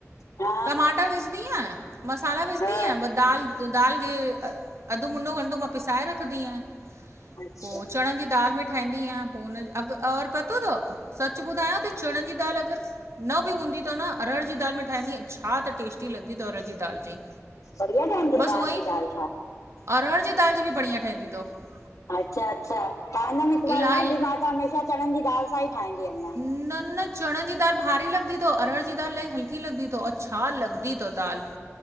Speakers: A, on the left; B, on the right.
A: हा
B: टमाटर विझदी आंया, मसाला विझदी
A: हा
B: आयां बसि दाल त दाल खे अधु- मुंनो घंटो मां पिसाए रखंदी आहियां।
A: अच्छा
B: पो चणंनि जी दालि में ठाहींदी आहियां, पो हुन जो अघु और पतो तव? सचु ॿुधायां ती तूरी दाल अगर न बि हूंदी तव न, अरहर जी दाल में ठाहींदी आं, छा त टेस्टी लॻदी तव अरहर जी दाल जी।
A: बढ़िया ठहींदी आ,
B: बसि
A: अरहर
B: हूअं ई
A: जी दाल छा?
B: अरहर जी दाल जी बि बढ़िया ठहींदी अथव
A: अच्छा -अच्छा, ठाहींदमि हिक बार
B: इलाही
A: मां बि, मां त हमेशाह चणंनि जी दाल सां ही ठाहींदी आहियां।
B: न-न चणनि जी दाल भारी लॻदी तओ, अरहर जी दाल इल्हाइ हल्की लॻदी तओ, औ छा लॻंदी तव दाल?